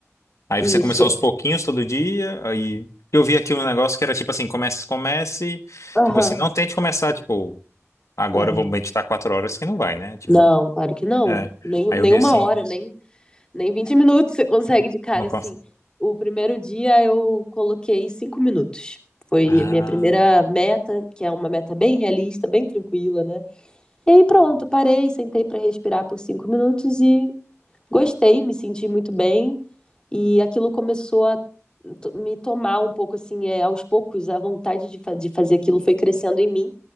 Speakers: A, on the left; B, on the left.
A: Aí
B: Isso.
A: você começou aos pouquinhos todo dia, aí eu vi aqui um negócio que era tipo assim, comece, comece,
B: Aham,
A: tipo assim, não tente começar, tipo, agora
B: aham.
A: eu vou meditar quatro horas que não vai, né? Tipo,
B: Não, claro que não.
A: é.
B: Nem,
A: Aí
B: nem
A: eu vi
B: uma
A: assim,
B: hora, nem, nem 20 minutos você consegue de cara,
A: não consigo.
B: assim. O primeiro dia eu coloquei cinco minutos. Foi
A: Ah,
B: a minha primeira meta, que é uma meta bem realista, bem tranquila, né? E aí pronto, parei, sentei para respirar por cinco minutos e gostei, me senti muito bem. E aquilo começou a to- me tomar um pouco, assim, é, aos poucos, a vontade de, fa- de fazer aquilo foi crescendo em mim.